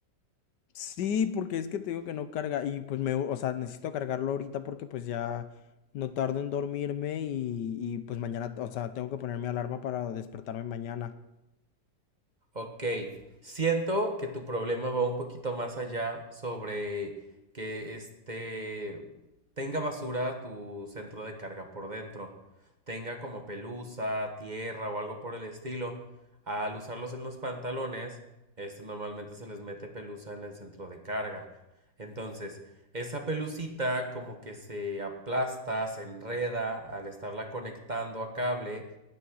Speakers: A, on the left (about 75°); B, on the right (about 25°).
A: Sí, porque es que te digo que no carga y pues me, o sea, necesito cargarlo ahorita porque pues ya no tardo en dormirme y, y pues mañana, o sea, tengo que ponerme alarma para despertarme mañana.
B: Ok, siento que tu problema va un poquito más allá sobre que este tenga basura tu centro de carga por dentro, tenga como pelusa, tierra o algo por el estilo. Al usarlos en los pantalones, este normalmente se les mete pelusa en el centro de carga. Entonces, esa pelucita como que se aplasta, se enreda al estarla conectando a cable